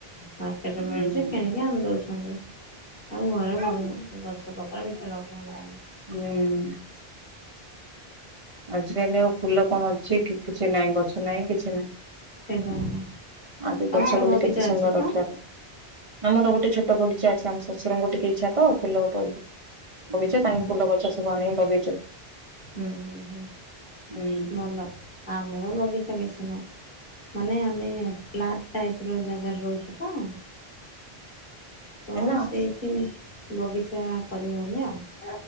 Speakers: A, on the left; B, on the right.
A: ମାର୍କେଟରେ
B: ହୁଁ
A: ମିଳୁଚି କିଣିକି ଆଣି ଦଉଚନ୍ତି ଆଉ ଘରେ ବନ ଯୋଉ ଗ ଛ ପତ୍ର କିଛି ଲଗଉନାହାନ୍ତି।
B: ମିଣି ଆଜିକାଲି ଆଉ ଫୁଲ କଣ ଅଛି କି କିଛି ନାଇଁ ଗଛ ନାଇଁ କିଛି ନାଇଁ।
A: ସେଇଟା ହେଲା
B: ଆଗେ
A: ତମର
B: ଗଛ ବୋଲି
A: ବଗିଚା
B: କେତେ ସୁନ୍ଦର
A: ଅଛି ତ?
B: ରଖିବାର। ଆମର ଗୋଟେ ଛୋଟ ବଗିଚା ଅଛି ଆମ ଶଶୁରଙ୍କୁ ଟିକେ ଇଚ୍ଛା ତ ଫୁଲ ବଗି ବଗିଚା
A: ହୁଁ
B: ତାଙ୍କ ଫୁଲ ଗଛ ସବୁ ଆଣିକି ଲଗେଇଚନ୍।
A: ହୁଁ ହୁଁ ହୁଁ।
B: ହୁଁ।
A: ଭଲ ଆମର ବଗିଚା ବେଶି ନାଇଁ। ମାନେ ଆମେ ଫ୍ଲାଟ୍ ଟାଇପ୍ ର ଜାଗାର ରହୁଚୁ ତ ତ
B: ହେଲା
A: ସେଇଠି ବଗିଚା କରିହଉନି ଆଉ।